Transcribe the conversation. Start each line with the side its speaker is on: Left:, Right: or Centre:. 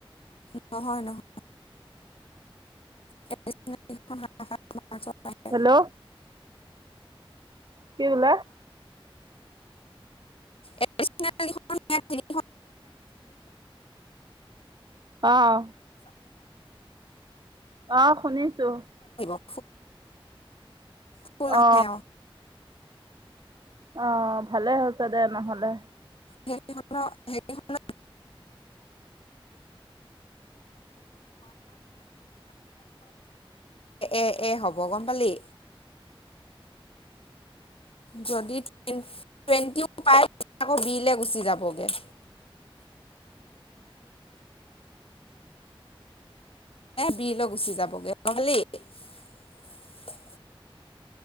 Left: নহয় নহয় <unintelligible> পত থাকে <unintelligible>
Right: হেল্ল' কি বল
Left: এ এ
Right: আহঁ আহ শুনিছো
Left: শুলে শো ন
Right: অ
Left: হে
Right: অ ভালে হৈছে দে নহলে
Left: হ হে হ ন এ এ এ হ'ব গম পালি যদি টুৱেটি পায় আকৌ বি গুচি যাবগেট বিলে গুচি যাবগৈ নহি <unintelligible>